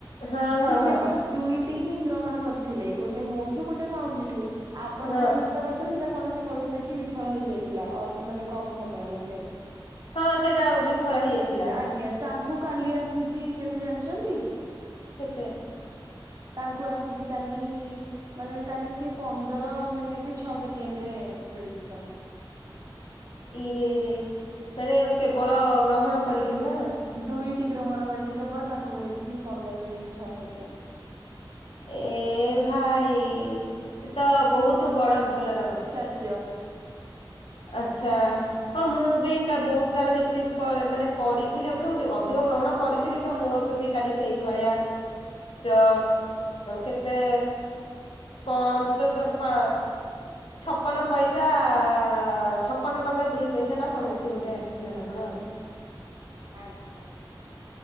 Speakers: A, on the left; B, on the right.
A: ହଁ
B: ସିଏ
A: ହଁ ହଁ
B: କେବଳ ଦୁଇଟି ହିଁ ଗ୍ରହଣ କରିଥିଲେ ଗୋଟେ ମୋଠୁ ଗୋଟେ ପାଉଁଜିଠୁ। ଆପଣଙ୍କଠୁ
A: ହଁ।
B: ଯୋଉଟା କରିଥିଲେ ସେଟା କଣ ସେ କହିଥିଲେ କି ବିଫଳ ହେଇ ଯାଇଥିଲା ଅ ମାନେ କମ୍ ସମୟ ମଧ୍ୟରେ।
A: ହଁ ସେଇଟା ଆଉ ବିଫଳ ହେଇଯାଇଥିଲା।
B: ଆଜ୍ଞା ତାଙ୍କୁ କାଲି ଆସିଛି କେତେ ଜାଣିଛନ୍ତି?
A: କେତେ?
B: ତାଙ୍କୁ ଆସିଛି କାଲି। ମାନେ କାଲି ସେ ପନ୍ଦର ମିନିଟ ଛଅ ସେକେଣ୍ଡ ରେ ମିଳିଛି ତାଙ୍କୁ।
A: ଇରେ ଇରେ ମାନେ କେବଳ ଗ୍ରହଣ କରିକି ନୁହଁ।
B: ଦୁଇଟି ଗ୍ରହଣ କରିକି କେବଳ ତାଙ୍କୁ ମିଳିଛି ପନ୍ଦର ମିନିଟ ଛଅ ସେକେଣ୍ଡ।
A: ଏ ଭାଇ ତ ବହୁତ ବଡ ଭଲର କଥା।
B: ଯ୍ୟ।
A: ଆଚ୍ଛା। ହଁ ମୁଁ ବି କା ବହୁତ ସାରା ରିସିଭ କ ମାନେ କରିଥିଲି ଅବଶ୍ୟ ମୁଁ ଟିକେ ଅଧିକ ଗ୍ରହଣ କରିଥିଲି। ତ ମୋର ତ ବି କାଲି ସେଇ ଭଳିଆ ଚ କେତେ। ପାଞ୍ଚଶହ ପାଁ ଛପନ ପଇସା। ଅ ଛପନ ଟଙ୍କା ଦୁଇ ପଇସା ନା କଣ ଏମିତି ଗୋଟେ ଆସିଥିଲା ନା କଣ ଆଉ।
B: ଆଜ୍ଞା।